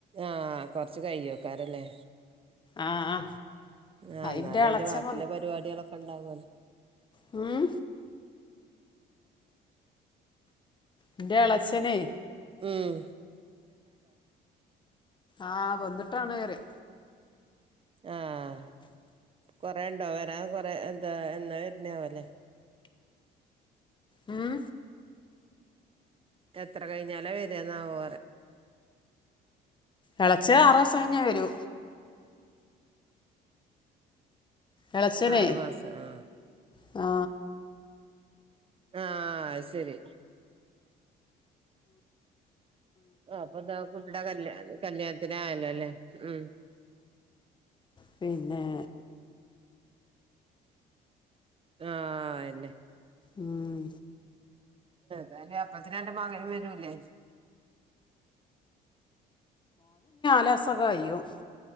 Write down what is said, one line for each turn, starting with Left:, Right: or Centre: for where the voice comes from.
Right: ആ കൊറച്ച് കൈ യോ ക്കാാരല്ലേ
Left: ആ ആ
Right: ആ
Left: അതിൻ്റെ
Right: എന്നാലും
Left: ഇളച്ചൻ
Right: അതിന്റെ ബാക്കിയിള്ള പരിപാടികളൊക്കെ ഉണ്ടാവോലോ
Left: മ്മ് എന്റെ ഇളയാച്ചനെ
Right: ഉം....
Left: ആ വന്നിട്ടാണ് റിയാ
Right: ആഹ കൊറെ ണ്ടോ വരാൻ കൊറെ എന്താ എന്നാ വർണ വലെ
Left: ഉം
Right: എത്ര കഴിഞ്ഞാല വരന്നാവോ
Left: ഇളച്ച ആറ് ദിവസം കഴിഞ്ഞേ വരൂ ഇളച്ചനെ
Right: ആറ് മാസം ആ
Left: ആ
Right: ആ അയ് ശരി ആ അപ്പൊ ഇന്താ കുട്ടിയുടെ കല്യാ കല്യാണത്തിന് ആയല്ലോ ല്ലേ ഉം
Left: പിന്നെ
Right: ആ അന്നെ
Left: ഉം,
Right: തായാലും അപ്പഴത്തിന് അന്റെ മകനും വരൂലേ
Left: <unintelligible> സക്കോ യ്യും